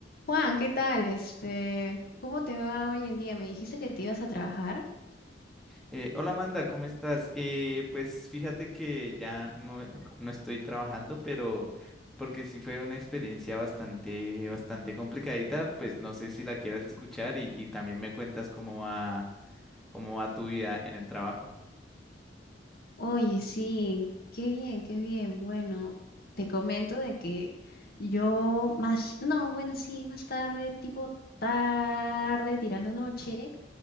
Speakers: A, on the left; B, in the centre.
A: Juan, ¿qué tal? Este, ¿cómo te va hoy en día? Me dijiste que te ibas a trabajar.
B: Eh, hola Amanda, ¿cómo estás? Eh, pues fíjate que ya no, no estoy trabajando, pero porque sí fue una experiencia bastante, bastante complicadita, pues no sé si la quieras escuchar y, y también me cuentas cómo va, cómo va tu vida en el trabajo.
A: Oye, sí, qué bien, qué bien. Bueno, te comento de que yo más, no, bueno, sí, más tarde, tipo tarde, tirando noche,